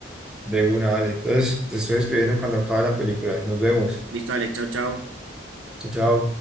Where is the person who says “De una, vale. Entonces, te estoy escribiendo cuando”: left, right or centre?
Centre